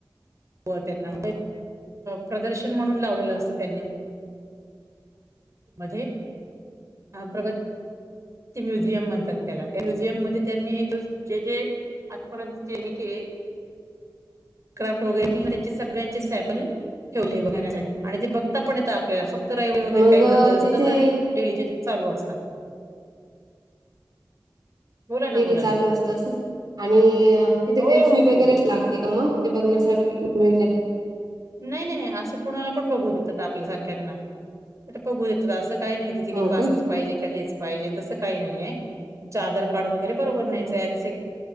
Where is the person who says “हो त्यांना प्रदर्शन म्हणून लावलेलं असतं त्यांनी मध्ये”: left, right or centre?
Right